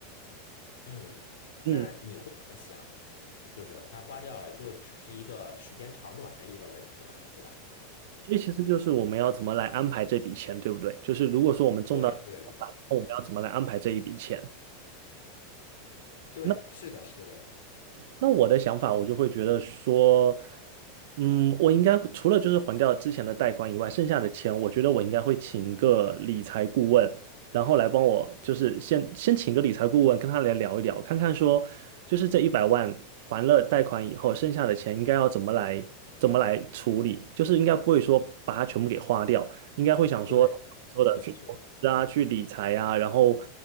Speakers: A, on the left; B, on the right.
A: 嗯，那你会怎么想？
B: 嗯，
A: 就是他花掉了，就只是一个时间长短的一个问题嘛，对吧？
B: 所以其实就是我们要怎么来安排这笔钱，对不对？就是如果说我们中到，
A: 对对对
B: 我们要怎么来安排这一笔钱？
A: 对，
B: 那。
A: 是的，是的，
B: 那我的想法，我就会觉得说，嗯，我应该除了就是还掉之前的贷款以外，剩下的钱，我觉得我应该会请个理财顾问，然后来帮我，就是先先请个理财顾问，跟他来聊一聊，看看说，就是这一百万还了贷款以后，剩下的钱应该要怎么来怎么来处理，就是应该不会说把它全部给花掉，应该会想说，
A: 对，
B: 你说的去投资啊，
A: 是的，是的，
B: 去理财啊，然后